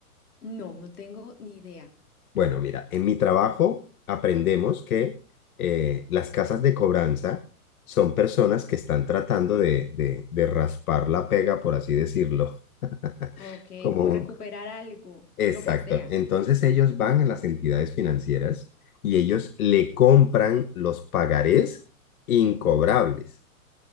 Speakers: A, on the left (about 85°); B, on the left (about 70°).
A: No, no tengo ni idea.
B: Bueno, mira, en mi trabajo aprendemos que eh, las casas de cobranza son personas que están tratando de, de, de raspar la pega, por así decirlo. <laughs>
A: Ok,
B: Como
A: como
B: un-
A: recuperar algo,
B: Exacto.
A: lo que sea.
B: Entonces ellos van a las entidades financieras y ellos le compran los pagarés incobrables.